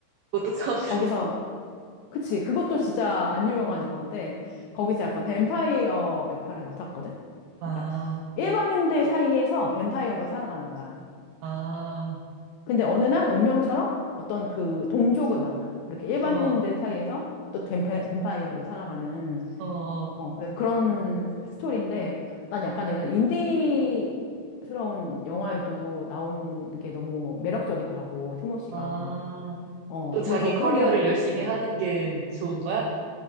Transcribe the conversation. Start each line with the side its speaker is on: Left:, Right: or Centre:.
Right: 그것도 처음 들어봐.
Left: 거기서, 그치. 그것도 진짜 안 유명한 영화인데, 거기서 약간 뱀파이어 역할을 맡았거든?
Right: 아,
Left: 그러니까 일반인들 사이에서 뱀파이어로 살아가는 거야.
Right: 아,
Left: 근데 어느 날 운명처럼 어떤 그 동족을 만나. 그렇게 일반인들
Right: 어,
Left: 사이에서 또 뱀파- 뱀파이어로 살아가는,
Right: 어, 어,
Left: 어, 그래서 그런 스토리인데, 난 약간 이런 인디스러운 영화에도 나온 게 너무 매력적이더라고, 티모시가.
Right: 아.
Left: 어,
Right: 또
Left: 그래서
Right: 자기 커리어를
Left: 그런 영화도
Right: 열심히
Left: 좋아하고.
Right: 하는 게 좋은 거야?